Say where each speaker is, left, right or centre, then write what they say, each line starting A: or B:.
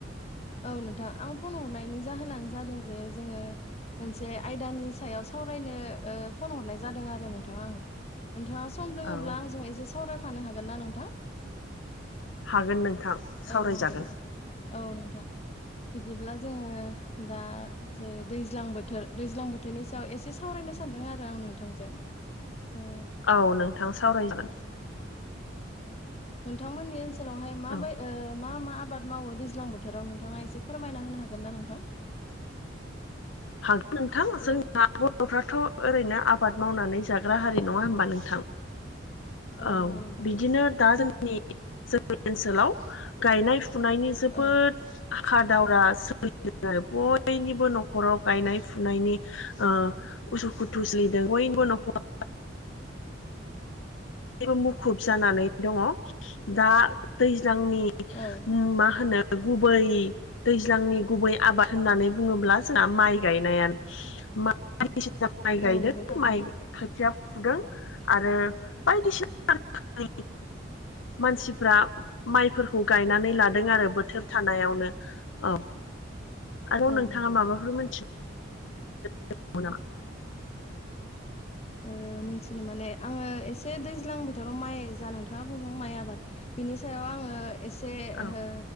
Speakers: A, on the left; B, on the left.
A: औ नोंथां। फन हरनायनि जाहोनानो जादों जे जोंङो मोनसे आयदानि सायाव सावरायनो ओ फन हरनाय जादों आरो नोंथां आंङो नोंथाङा सम दोङोब्ला
B: औ
A: आंजों एसे सावरायफानो हागोन ना नोंथां?
B: हागोन नोंथां सावरायजागोन
A: औ नोंथां औ नोंथां बिदिब्ला जोंङो दा जे दैज्लां बोथोर दैज्लां बोथोरनि सायाव एसे सा नो सानदों आरो आं नोंथांजों। ओ
B: औ नोंथां सावरायजागोन
A: नावहाय माबै
B: औ
A: ओ मा मा आबाद मावो दैज्लां बोथोराव नोंथाङा एसे फोरमायना होनो हागोन ना नोंथां?
B: हागोन नोंथां जोंना बर'फ्राथ' ओरैनो आबाद मावनानै जाग्रा हारि नङा होमबा नोंथां। औ
A: नंगौ नोंथां
B: बिदिनो दा जोंनि जोंनि ओनसोलाव गायनाय फुनायनि जोबोद
A: औ
B: हाखा दावरा सोलिदों आरो बयनिबो न' खराव गायनाय फुनायनि ओ उसुखुथु सलिदों बयनिबो न'खर <unintelligible> मुखुब जाना नै दंङ दा दै जांनि
A: औ
B: मा होनो गुबै दैज्लांनि गुबै आबाद होननानै बुङोब्ला जोंहा माइ गायनायानो मा बायदिसिना माइ गायगोदोन
A: औ नंगौ थारैनो
B: माइ खोथिया आरो बायदिसिना <unintelligible>
A: <inaudible>
B: मानसिफ्रा माइफोरखौ गायनानै लादों आरो बोथोर थानायावनो औ
A: <inaudible>
B: आरो नोंथाङा
A: नंगौ
B: माबाफोर मिथि गौ नामा?
A: ओ मिथिनो माने आंङो एसे दैज्लां बोथोराव माइ जा नोंथाङा बुंदों माइ आबाद बिनि सायाव आंङो एसे
B: औ
A: हो